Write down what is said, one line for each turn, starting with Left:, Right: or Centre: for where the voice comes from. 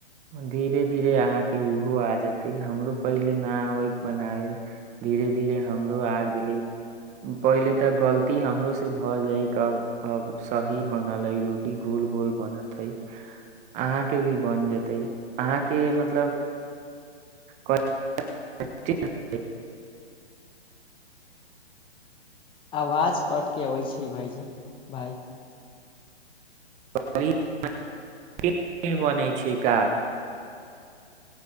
Right: धीरे धीरे अहाँ के ओहो आ जेते हमरो पहिले ना आबै बनाबे धीरे धीरे हमरो आ गेले पहिले तऽ गलती हमरो से भऽ जाय अब अब सही बनलै रोटी गोल गोल बनत हइ अहााँके भी बन ज तै अहाँके मतलब कच्ची <unintelligible>
Left: आवाज कट के अबै छै भाइजी भई
Right: <unintelligible> बनै छै का